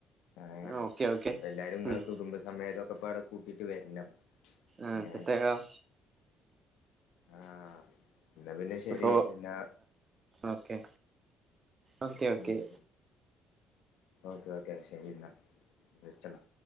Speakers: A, on the left; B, on the right.
A: ആഹ്
B: ഓക്കെ ഓക്കെ
A: അപ്പ എല്ലാരും ഇങ്ങളെ
B: ഉം
A: കുടുംബസമേതമൊക്കെ പാടെ കൂട്ടിട്ട് വരണം
B: ആഹ്
A: ഏഹ്
B: സെറ്റാക്കം
A: ആഹ് എന്നാ പിന്നെ ശരി
B: അപ്പൊ
A: എന്നാ
B: ഓക്കെ ഓക്കെ ഓക്കെ
A: ഉം ഓക്കെ ഓക്കെ ശരി ഇന്നാ വെച്ചളാ.